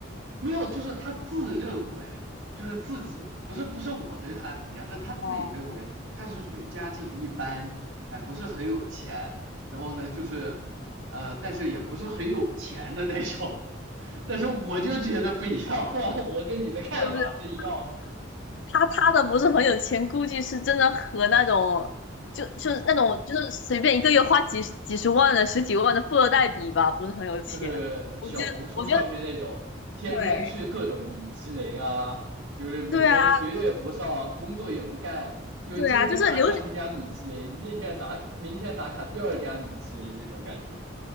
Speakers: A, on the right (about 80°); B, on the left (about 65°).
A: 没有，就是他自认为就是自己不是不是我对他的评价，是他自己认为他是属于家境一般，
B: 哦，
A: 哎，不是很有钱，然后呢就是呃，但是也不是很有钱的那种。<laughs> 但是我就觉得不一样，我跟你的看法是一样的。
B: 是不是？他他的不是很有钱，估计是真的和那种就就是那种就是随便一个月花几几十万的、十几万的富二代比吧，不是很有钱。
A: 就是小红书上面那种天天去各种米其林啊，
B: 我觉得，我觉得对
A: 就是每天学也不上，
B: 对啊，
A: 工作也不干，就是今天打卡这家米其林，
B: 对啊，就是留学
A: 那天打，明天打卡第二家米其林那种感觉，